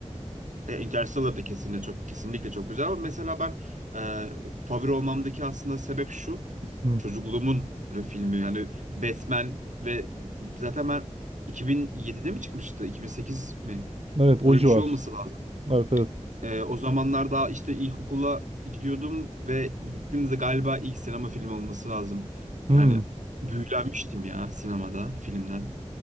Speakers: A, on the right (about 85°); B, on the right (about 55°).
A: E, Interstellar da kesinlikle çok kesinlikle çok güzel ama mesela ben e, favori olmamdaki aslında sebep şu.
B: Hı.
A: Çocukluğumun e, filmi yani Batman ve zaten ben 2007'de mi çıkmıştı? 2008 mi?
B: Evet o
A: Öyle
B: civar.
A: bir şey olması lazım.
B: Evet evet.
A: Ee, o zamanlar daha işte ilkokula gidiyordum ve gittiğimizde galiba ilk sinema filmi olması lazım. Yani
B: Hmm.
A: büyülenmiştim ya sinemada filmden.